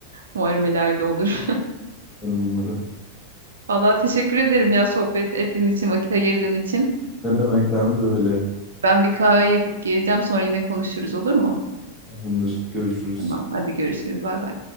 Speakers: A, on the right; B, in the centre.
A: Umarım ileride olur.
B: Umarım umarım.
A: <laughs> Valla teşekkür ederim ya sohbet ettiğin için, vakit ayırdığın için.
B: Ne demek ben de öyle.
A: Ben bir kahve yapıp geleceğim sonra yine konuşuruz olur mu?
B: Tamamdır. Görüşürüz.
A: Tamam. Hadi görüşürüz. Bay bay.